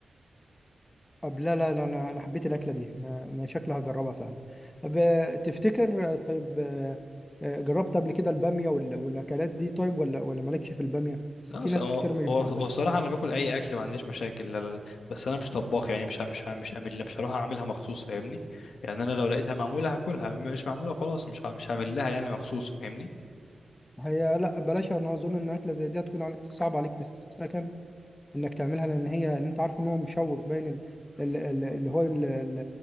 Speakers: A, on the left; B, on the left.
A: أب لا لا لا أنا أنا حبيت الأكلة دي أنا أنا شكلها هجربها فعلا أب... تفتكر طيب جربت قبل كده البامية وال... والأكلات دي طيب ولا ولا مالكش في البامية؟ بس
B: لا
A: في
B: أص-
A: ناس
B: هو
A: كتير مش بتحبها
B: هو هو الصراحه انا باكل اي اكل ما عنديش مشاكل لا لا لا بس انا مش طباخ يعني مش ه- مش ه- مش هعمل مش هروح اعملها مخصوص فاهمني يعني انا لو لقيتها معموله هاكلها مش معموله خلاص مش ه- مش هعمل لها يعني مخصوص فاهمني
A: هي لا بلاش أنا أظن إن أكلة زي دي هتكون عليك صعب عليك في السكن انك تعملها لان هي انت عارف ان هو مشوك باين ال- ال- ال- اللي هو ال- ال-